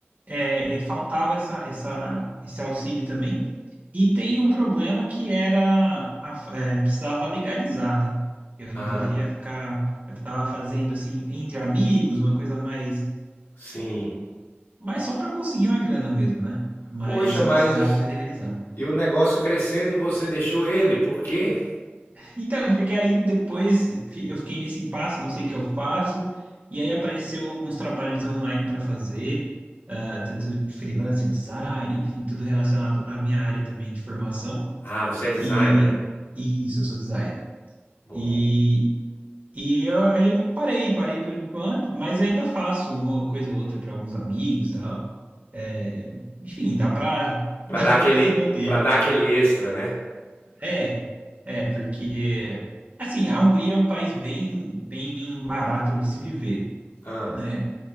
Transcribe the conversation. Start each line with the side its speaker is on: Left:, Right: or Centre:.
Right: é, é, faltava essa, essa, esse auxílio também. E tem um problema que era, a- é, precisava legalizar, né? Eu
Left: ah,
Right: não poderia ficar, eu estava fazendo assim, entre amigos, uma coisa mais,
Left: sim.
Right: mais só para conseguir uma grana mesmo, né? Mas
Left: Poxa,
Right: precisava
Left: mas
Right: legalizar.
Left: e o negócio crescendo e você deixou ele, por quê?
Right: Então, porque aí depois fi- eu fiquei nesse impasse, não sei o que eu faço, e aí apareceu uns trabalhos online para fazer, ah, tanto de freelancer, design, enfim, tudo relacionado à minha área também de formação.
Left: Ah, você é designer.
Right: E, e isso, eu sou designer.
Left: Bom.
Right: E, e eu, aí eu parei, parei por enquanto, mas ainda faço uma coisa ou outra para alguns amigos, tal. É, enfim, dá para <laughs> dá
Left: Pra dar aquele,
Right: para se manter.
Left: para dar aquele extra, né?
Right: É, é, porque, assim, a Hungria é um país bem, bem barato de se viver,
Left: Ah,
Right: né?